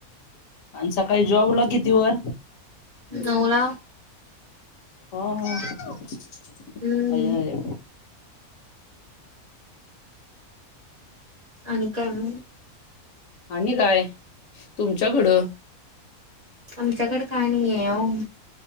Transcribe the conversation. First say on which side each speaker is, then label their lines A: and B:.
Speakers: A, on the left; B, on the right.
A: आणि सकाळी जॉबला किती वर
B: <unintelligible>
A: हा.
B: हम्म.
A: अय अय
B: आणि काय मग?
A: आणि काय तुमच्याकडं?
B: आमच्याकड काय नाही आहे ओ.